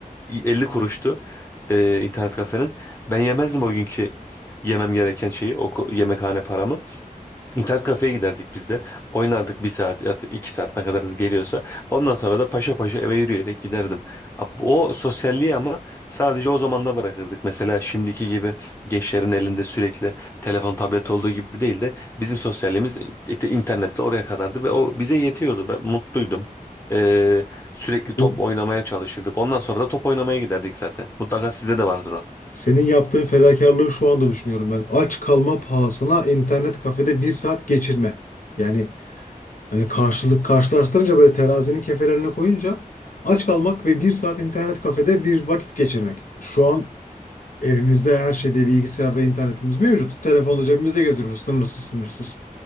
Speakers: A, on the left; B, on the left.
A: 50 kuruştu e, internet kafenin. Ben yemezdim o günkü yemem gereken şeyi, o ko- yemekhane paramı. İnternet kafeye giderdik biz de. Oynardık bir saat ya da iki saat ne kadar geliyorsa. Ondan sonra da paşa paşa eve yürüyerek giderdim. Ab- O sosyalliği ama sadece o zamanla bırakırdık. Mesela şimdiki gibi gençlerin elinde sürekli telefon tablet olduğu gibi değil de bizim sosyalliğimiz it- internetle oraya kadardı ve o bize yetiyordu. Ben mutluydum. Ee, sürekli top
B: bu-
A: oynamaya çalışırdık. Ondan sonra da top oynamaya giderdik zaten. Mutlaka size de vardır o.
B: Senin yaptığın fedakarlığı şu anda düşünüyorum ben. Aç kalma pahasına internet kafede bir saat geçirme. Yani Hani karşılık karşılaştırınca böyle terazinin kefelerine koyunca aç kalmak ve bir saat internet kafede bir vakit geçirmek. Şu an evimizde her şeyde bilgisayarda internetimiz mevcut. Telefonla cebimizde geziyoruz sınırsız sınırsız.